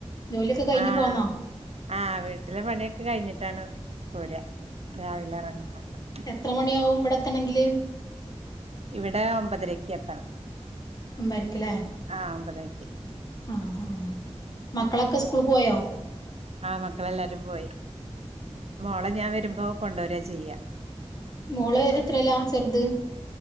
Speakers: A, on the left; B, on the right.
A: ജോലിയൊക്കെ കഴിഞ്ഞു
B: ആഹ
A: പോന്നോ
B: ആഹ വീട്ടിലെ പണിയൊക്കെ കഴിഞ്ഞിട്ടാണ് പോരാ.. രാവില ഇറങ്ങുന്ന <unintelligible>
A: എത്രമണിയാവും വിടെത്തണെങ്കില്?
B: ഇവിടെ ഒമ്പതരക്ക് എത്തണം
A: ഒമ്പയരക്ക്ല്ലേ?
B: ആഹ് ഒമ്പതര്ക്കി
A: ആ ആ മക്കളൊക്കെ സ്കൂൾ പോയോ?
B: ആ മക്കളെല്ലാരും പോയി. മോളെ ഞാൻ വരുമ്പോ കൊണ്ടുരാ ചെയ്യാ.
A: മോള് എത്രല്ല ചെറുത്?